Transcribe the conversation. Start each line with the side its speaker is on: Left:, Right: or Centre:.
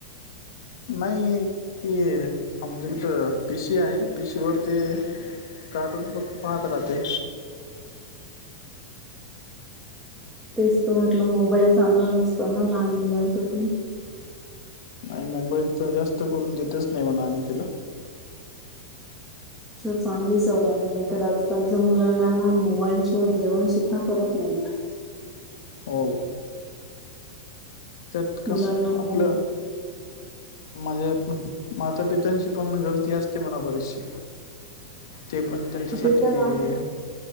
Left: नाही ती आमच्याकडें पीसी आहे पीसीवरर ते. कार्टून बघ पाहत राहते.
Centre: तेच तर म्हटलं मोबाईल चांगला नसत ना लहान मुलांसाठी.
Left: आणि मोबाईल तर जास्त करून देतच नाही म्हणा आम्ही तिला.
Centre: चांगली सवय आहे नाहीतर आजकालच्या मुलांना मोबाईल शिवा जेवण सुद्धा करत नाहीत.
Left: हो. त्यात
Centre: मुलांना
Left: कसं
Centre: मोबाईल
Left: आपलं. म्हणजे माता पित्यांची पण गलती असते मणा बरीचशी. ते पण त्यांच्यासाठी
Centre: ते तर आहे.